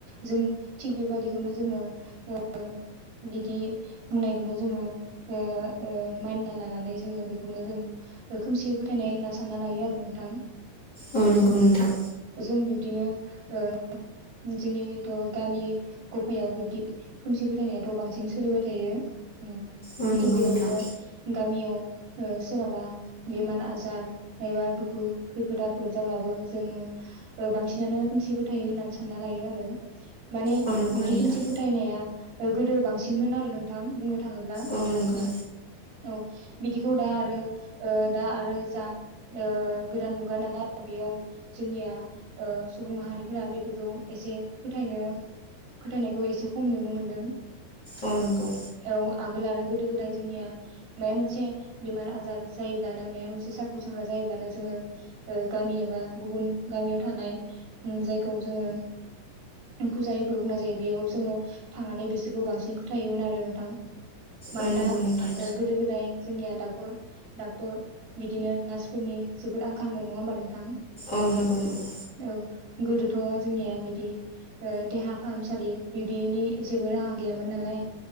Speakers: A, on the right; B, on the left.
A: जों थिग बेबाददिखौनो जोङो ओ बिदि बुंनायखौनो जोङो ओ ओ मानिना लानानै जोङो बेखौनो जों खोमसिय फोथायनाय होनना सानना लायो आरो नोंथां औ
B: औ नंगौ नोंथां
A: जों बिब्दिनो ओ जोंनिथ' गामि गफायाव बिब्दि खोमसि फोथायनायाथ' बांसिन सोलिबाय थायो उम
B: औ नंगौ
A: थिग बेबायदिनो
B: नोंथां
A: गामियाव ओ सोरनाबा बेमार आजार एबा दुखु खैफोद आफोद जाब्लाबो जोङो ओ बांसिनानो खोमसि फोथायो होननानै सानना लायो आरो। माने
B: औ नंगौ
A: बिबदि
B: नोंथां
A: खोमसि फोथायनाया गोदो बांसिनमोन आरो नोंथां बुंनो थाङोब्ला
B: औ नंगौ
A: औ बिदिखौ दा आरो ओ दा आरो जा ओ गोदान मुगा नालाय बेयाव जोंनिया ओ सुबुं माहारिफोरा बेफोरखौ एसे फोथायनो फोथायनायखौ एसे खम नुनो मोनदों।
B: औ नंगौ
A: औ आ गोल आरो गोदो गोदाय जोंनिया माबा मोनसे बेमार आजार जायोब्लानो माबा मोनसे साखु साख्रा जायोब्लानो जोङो ओ गामि एबा गुबुन गामियाव थानाय जायखौ जोङो फुजारिफोर बुंनाय जायो बेयाव जोङो थांनानै बिसोरखौ बांसिन फोथायोमोन आरो नोंथां। मानोना
B: औ नंगौ नोंथां
A: ओ गोदो गोदाय जोंनिया डाक्टर डाक्टर बिदिनो नार्सफोरनि जो बोद आंखाल मोन नङा होमबा नोंथां?
B: औ नंगौ नंगौ
A: औ गोदोथ' जोंनिया बिदि ओ देहा फाहामसालि बिब्दिनि जेबो राहा गैयामोन नालाय